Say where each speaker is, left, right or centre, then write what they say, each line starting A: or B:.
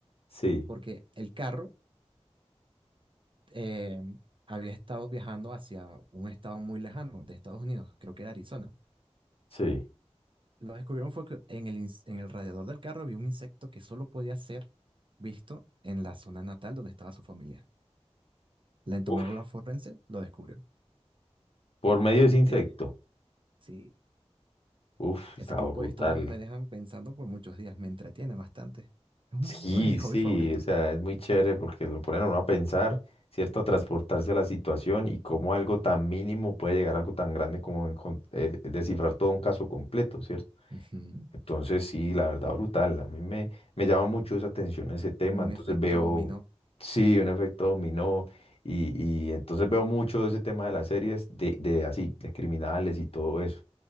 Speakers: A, on the left; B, on the right.
A: Sí,
B: porque el carro eh, había estado viajando hacia un estado muy lejano de Estados Unidos, creo que era Arizona.
A: sí.
B: Lo que descubrieron fue que en el, ins- en el radiador del carro había un insecto que solo podía ser visto en la zona natal donde estaba su familia. La entomóloga
A: Uf,
B: forense lo descubrió.
A: por medio de ese insecto.
B: Sí, sí.
A: Uf, está
B: Ese tipo
A: brutal.
B: de historias a mí me dejan pensando por muchos días, me entretiene bastante. Es un-
A: Sí,
B: uno de mis
A: sí,
B: hobbies favoritos.
A: o sea, es muy chévere porque lo ponen a uno a pensar, ¿cierto? A transportarse a la situación y cómo algo tan mínimo puede llegar a algo tan grande como encon- eh, descifrar todo un caso completo, ¿cierto?
B: Ujú,
A: Entonces, sí, la verdad, brutal. A mí me, me llama mucho esa atención ese tema.
B: Como
A: Entonces
B: un efecto
A: veo,
B: dominó.
A: sí, un efecto dominó y, y entonces veo mucho ese tema de las series de, de así, de criminales y todo eso.